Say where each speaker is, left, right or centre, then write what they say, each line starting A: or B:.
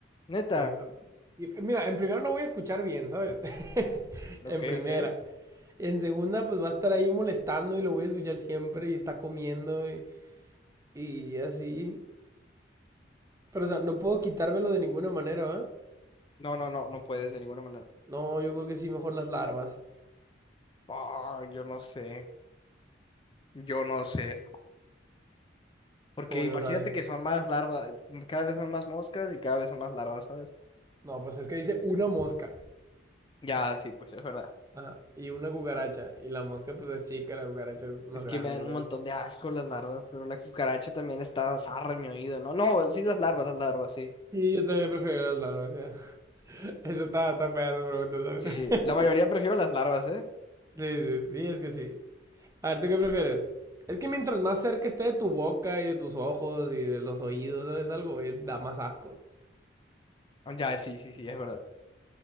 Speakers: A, on the left; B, on the right.
A: Neta.
B: no. em, y- Mira, en primera no voy a escuchar bien, ¿sabes? <laughs>
A: Ok,
B: En primera.
A: ok.
B: En segunda, pues va a estar ahí molestando y lo voy a escuchar siempre y está comiendo y, y así. Pero, o sea, no puedo quitármelo de ninguna manera, ¿va?
A: No, no, no, no puedes de ninguna manera.
B: No, yo creo que sí, mejor las larvas.
A: Ah, yo no sé. Yo no sé. Porque
B: Como que
A: imagínate
B: no sabes.
A: que son más larvas, cada vez son más moscas y cada vez son más larvas, ¿sabes?
B: No, pues es que dice una mosca.
A: Ya, sí, pues es verdad.
B: Ajá. Y una cucaracha. Y la mosca pues es chica, la cucaracha es más
A: Es
B: grande,
A: que me dan
B: ¿sabes?
A: un montón de asco las larvas, pero la cucaracha también está zarra en mi oído, ¿no? No, sí, las larvas, las larvas, sí.
B: Sí, yo también prefiero las larvas, ya. <laughs> Eso está, está fea esa pregunta, ¿sabes?
A: Sí, la
B: <laughs>
A: mayoría prefiero las larvas, ¿eh?
B: Sí, sí, sí, es que sí. A ver, ¿tú qué prefieres? Es que mientras más cerca esté de tu boca y de tus ojos y de los oídos, ¿sabes? Algo eh, da más asco.
A: Ah, Ya, sí, sí, sí, es verdad.